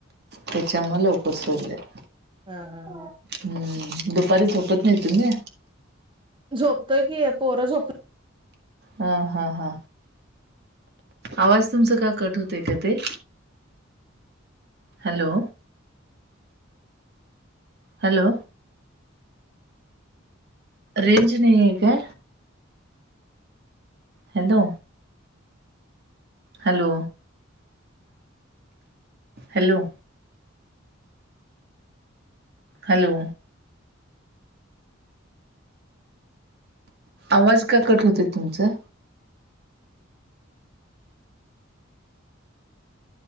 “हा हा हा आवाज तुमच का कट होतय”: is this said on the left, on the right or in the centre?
Right